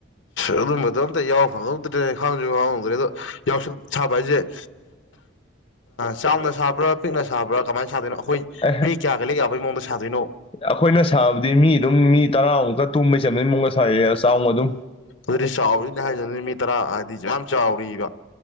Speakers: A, on the left (about 80°); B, on the left (about 30°).
A: ꯑꯗꯨꯝꯕꯗꯣ ꯑꯝꯇ ꯌꯥꯎꯕ ꯐꯪꯍꯧꯗ꯭ꯔꯦ ꯈꯪꯗ꯭ꯔꯦ ꯌꯥꯎꯔꯝꯒꯅꯤ ꯑꯗꯣ ꯌꯥꯎꯁꯪ ꯁꯥꯕ ꯍꯥꯏꯁꯦ ꯆꯥꯎꯅ ꯁꯥꯕ꯭ꯔꯥ ꯄꯤꯛꯅ ꯁꯥꯕ꯭ꯔꯥ ꯀꯃꯥꯏꯅ ꯁꯥꯗꯣꯏꯅꯣ ꯑꯩꯈꯣꯏ
B: ꯑꯦ
A: ꯃꯤ ꯀꯌꯥꯒ ꯂꯦꯛ ꯌꯥꯕꯒꯤ ꯃꯑꯣꯡꯗ ꯁꯥꯗꯣꯏꯅꯣ
B: ꯑꯩꯈꯣꯏꯅ ꯁꯥꯕꯗꯤ ꯃꯤ ꯑꯗꯨꯝ ꯃꯤ ꯇꯔꯥꯃꯨꯛꯇ ꯇꯨꯝꯕꯩ ꯆꯟꯕꯩ ꯃꯑꯣꯡꯒ ꯁꯥꯏꯌꯦ ꯆꯥꯎꯅ ꯑꯗꯨꯝ
A: ꯑꯗꯨꯗꯤ ꯆꯥꯎꯔꯤꯅꯦ ꯍꯥꯏꯗꯣ ꯃꯤ ꯇꯔꯥ ꯍꯥꯏꯗꯤ ꯌꯥꯝ ꯆꯥꯎꯔꯤ ꯌꯥ